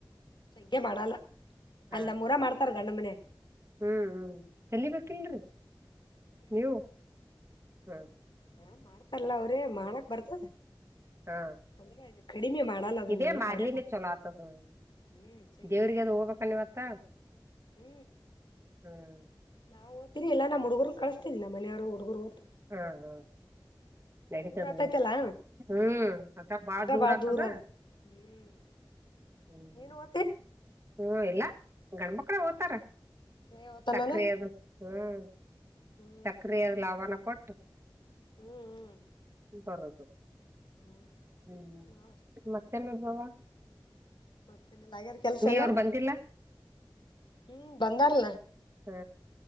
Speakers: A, on the left; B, on the right.
A: ಚೆ ಮಾಡಲ್ಲ
B: ಹಾ
A: ಅಲ್ಲ ನಮ್ಮ ಮೂೂರ ಮಾಡ್ತಾರ ಗಣ್ಣಮ್ಮನೆ
B: ಹ್ಮ್ ಹ್ಮ್ ಚಲಿಬೇಕಿಲ್ರಿ
A: ನಮ್
B: ನೀವು ಹಾ
A: ಹಾ ಮಾಡ್ತಲ್ಲ ಅವ್ರೇ ಮಾಡಕ್ ಬರ್ತದ
B: ಹಾ
A: ಅಂದ್ರೆದು ಕಡಿಮೆ ಮಾಡ ಎಲ್ಲಲ್ಲ
B: ಇದೇ
A: ಅ ನೀನು
B: ಮಾಡ್ಲಿನೇ
A: ಅವರೇ
B: ಚಲೋ ಆತದ ಹ್ಮ್
A: ಹ್ಮ್ ಸಂಂಗೇದೇ
B: ದೇವ್ರಿಗೆ ಅದು
A: ಅಲ್ಲ
B: ಹೋಗ್ಬೇಕನ್
A: ಅವರ
B: ಇವತ್ತ
A: ಹ
B: ಹ್ಮ್
A: ನಾರಿ ಇಲ್ಲ ನ್ ಹುಡುಗರನ್ ಕಳಸ್ತೀ ನಮ್ಮನೆಯ್ ಹುಗರುದ್ತ
B: ಹ್ಮ್ ಹ್ಮ ನಡತದೋಡ
A: ಆತೈತಲ್ಲಾ
B: ಹ್ಮ್ ಅತ್ತ ಬಾಳ
A: ದರ್ಗಾ
B: ದೂರ ಆಗ್ತದ
A: ಅದ ಹ್ಮ್
B: ಹ್ಮ
A: ನೀನು ಓತಿ
B: ಹ್ಮ ಎಲ್ಲ ಗಂಡ್ಮಕ್ಳ ಓ್ತರ
A: ಶ್ರೇಯ ಓತಾನಾನ
B: ಸಕ್ರಿಯದು ಹ್ಮ್
A: ಹ್ಮ್
B: ಸಕ್ರಿಯಾದ ಲಾಭನ ಕೊಟ್ಟು
A: ಹ್ಮ್
B: ಬರೋದು
A: ಹ್ಮ್
B: ಹ್ಮ್
A: ನಾವ್ ಅಷ್ಟ
B: ಮತ್ತೆನ ನಾಧಡ್
A: ಮತ್ತೆನಲ್ಲ ಆಗ್ಯದ ಕೆಲಸ ಎಲ್ಲ
B: ಅವ್ರು ಬಂದಿಲ್ಲ
A: ಹ್ಮ್ ಬಂದಾರಲ್ಲ
B: ಹ್ಮ